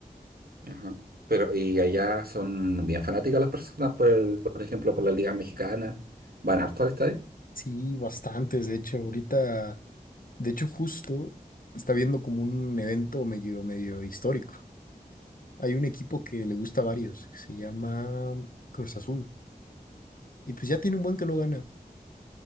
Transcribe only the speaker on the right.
Ajá. Pero, y allá son bien fanáticas las personas, por el- por ejemplo, por la Liga Mexicana. Van harto al estadio.